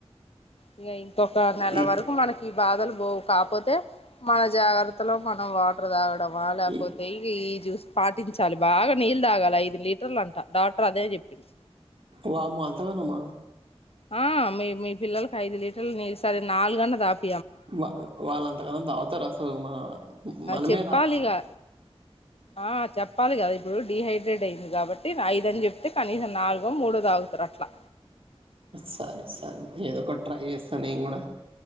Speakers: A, on the left; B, on the right.
A: ఇగ ఇంకొక నెల
B: ఈ
A: వరకు మనకి ఈ బాధలు పోవు కాపోతే మన జాగ్రత్త అంత లోపు మనం వాటర్ తాగ వా లేకపోతే
B: ఈ
A: ఇ ఈ జ్యూస్ పా ట్టించాలి బాగా నీళ్ తాగాలి ఐదు లీటర్లు అంట డాక్టర్ అదే చెప్పింది
B: వామ్మో అంత గణమా
A: ఆ మీ మీ పిల్లలకి ఐదు లీటర్లు నీళ్ళు సరే నాలుగన్న దాపి
B: వా వాళ్ళ ఎంతకన తాగుతారు అసలు మ మనమే
A: చెప్పాలిగా
B: తగము
A: ఆ చెప్పాలి కదా ఇప్పుడు డిహైడ్రేట్ అయింది కాబట్టి ఐద అని చెప్తే కనీసం నాలుగో మూడో తాగుతారు అట్లా
B: సరే సరే ఏదో ఒకటి ట్రై చేస్తా నేను కూడ